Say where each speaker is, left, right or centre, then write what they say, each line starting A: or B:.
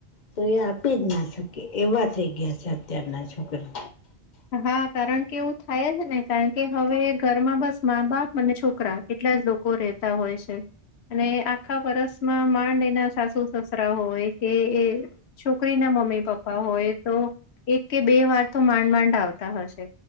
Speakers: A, on the left; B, on the left.
A: તો એ આપી જ ના શકે એવા થઈ ગયા છે. અત્યારના છોકરા
B: હા કારણ કે એવું થાય જ ને કારણ કે હવે ઘરમાં બસ મા બાપ અને છોકરા કેટલા જ લોકો રહેતા હોય છે. અને આખા વર્ષમાં માં એના સાસુ સસરા હોય કે એ- છોકરી ના મમ્મી પપ્પા હોય તો એક કે બે વાર તો માંડ માંડ આવતા હશે